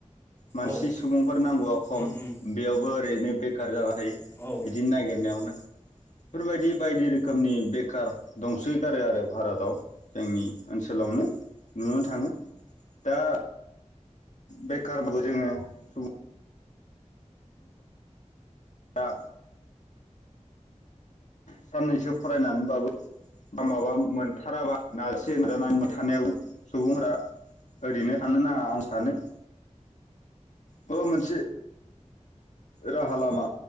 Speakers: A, on the left (about 75°); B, on the left (about 20°).
A: मानसि
B: औ उम उम
A: सुबुंफोर
B: औ उम औ उम
A: नांगौआ खम
B: उम उम
A: बेयावबो ओरैनो बेखार जाना थायो।
B: औ औ
A: बिदिनो नागिरनायावनो बेफोरबायदि बायदि रोखोमनि बेखार दंसो गारो आरो भारताव। जोंनि ओनसो आवनो नुनो थाङो। दा बेखारखौ‌ जोङो सुफुंनांगौब्ला दा। साननैसो फरायनानै बाबो बा माबा मोनथाराबा नाजासे नाजानानै नाजाथाबनायावबो सुबुंफ्रा ओरैनो थानो नाङा आं सानो। माबा मोनसे राहा लामा